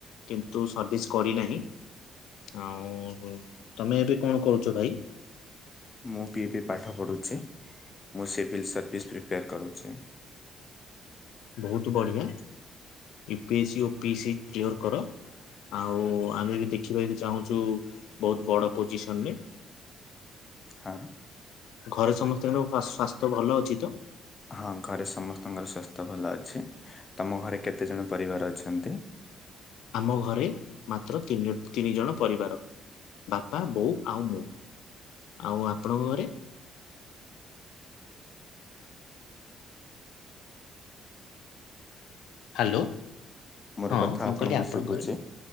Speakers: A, on the left; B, on the left.
A: କିନ୍ତୁ ସର୍ଭିସ୍ କରିନାହିଁ ଆଉ ତମେ ଏବେ କଣ କରୁଛ ଭାଇ
B: ମୁଁ ବିି ବିି ପାଠ ପଢ଼ୁଚି ମୁଁ ସିଭିଲ୍ ସର୍ଭିସ୍ ପ୍ରିପେୟାର କରୁଚି।
A: ବୋହୁତ ବଢିଆ ୟୁ ପି ଏସ୍ ସ ଓ ପି ଏ ସ କ୍ଲିୟର କର, ଆଉ ଆମେ ବି ଦେଖିବାକୁ ଚାହୁଁଛୁ ବହୁତ ବଡ ପୋଜିସନ ରେ।
B: ହଁ।
A: ଘରେ ସମସ୍ତଙ୍କର ସ୍ଵାସ୍ଥ୍ୟ ଭଲ ଅଛି ତ
B: ହଁ ଘରେ ସମସ୍ତଙ୍କର ସ୍ୱା ଭଲ ଅଛି ତମ ଘରେ କେତେ ଜଣ ପରିବାର ଅଛନ୍ତି।
A: ଆମ ଘରେ ମାତ୍ର ନି ତିନି ଜଣ, ପରିବାର ବାପା ବୋଉ ଆଉ ମୁଁ। ଆଉ ଆପଣଙ୍କ ଘରେ <inaudible> ହ୍ୟାଲୋ
B: ମୋର
A: ହଁ
B: କଥା
A: ମୁଁ
B: ଆପଣଙ୍କୁ
A: କହିଲି ଆପଣଙ୍କରେ
B: ଶୁଭୁଛି?